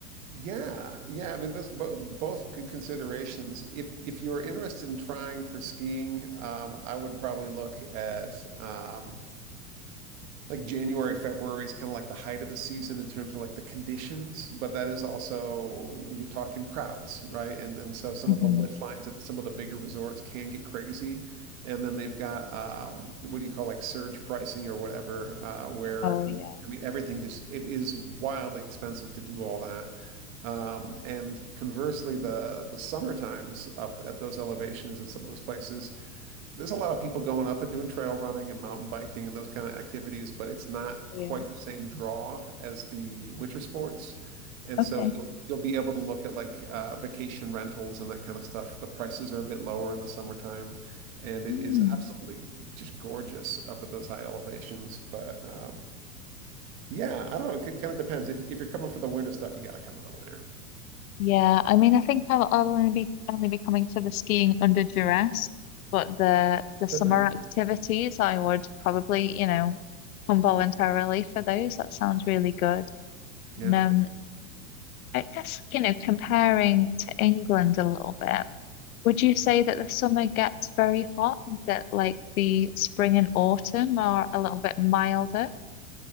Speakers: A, on the right; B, on the left.
A: Yeah, yeah. I mean, those bo both good considerations. If if you're interested in trying for skiing, um, I would probably look at um, like January, February is kind of like the height of the season in terms of like the conditions, but that is also you're talking crowds, right? And and so some
B: hmm
A: of the lift lines at some of the bigger resorts can get crazy. And then they've got um, what do you call like surge pricing or whatever, uh, where
B: Oh
A: I
B: yeah,
A: mean everything just it is wildly expensive to do all that. Um, and conversely, the the summer times up at those elevations at some of those places there's a lot of people going up and doing trail running and mountain biking and those kind of activities, but it's not
B: yeah.
A: quite the same draw as the winter sports. And
B: Okay.
A: so you'll you'll be able to look at like uh, vacation rentals and that kind of stuff. The prices are a bit lower in the summertime, and it
B: Mm.
A: is absolutely just gorgeous up at those high elevations. But uh, yeah, I don't know. It kind of depends. If if you're coming for the winter stuff, you got to come in the winter.
B: Yeah, I mean, I think I'll, I'll only be only be coming to the skiing under duress, but the the summer
A: <laughs>
B: activities, I would probably, you know, come voluntarily for those. That sounds really good.
A: Yeah.
B: And, um, I guess, you know, comparing to England a little bit, would you say that the summer gets very hot and that like the spring and autumn are a little bit milder?